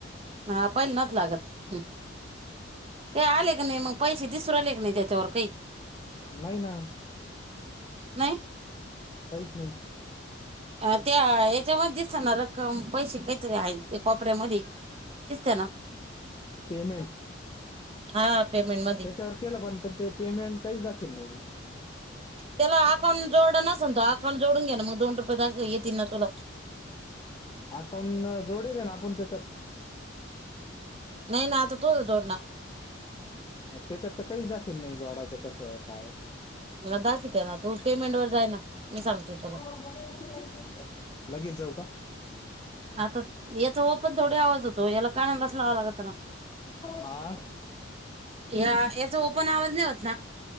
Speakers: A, on the right; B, on the left.
A: हा पहिले न लागत ह् काही आले की नाही मग पैसे दिसर आले की नाही त्याच्यावर काही
B: नाही ना
A: नाही
B: काहीच नाही.
A: अ त्या याच्यामध्ये. दिसत ना रक्कम पैसे काहीतरी आहेत ते कोपऱ्यामध्ये दिसते ना.
B: पेमेंट.
A: हा पेमेंट मध्ये.
B: के पणण ते पेमेंट काहीच दाखील नाही.
A: त्याला अकाउंट जोड नस नातो अकाउंट जोडून घे ना मग दोन रुपये दाख येतील ना तुला.
B: आकाऊन जोडेल आहे ना आपण त्याच्यात.
A: नाही नाही आता तोच दोडणार.
B: त्याच्यात तर काहीच दाखिल नाही जोडाचं कसं काय.
A: ना दाखित आहे ना तू पेमेंट वर जाय ना. मी सांगते तुला
B: का लगेच जाऊ का
A: आता याचा व पण थोडी आवाज होतो याला कानाला अस लावां लागत ना
B: हा हा
A: या याचा ओपन आवाज नाही होत ना.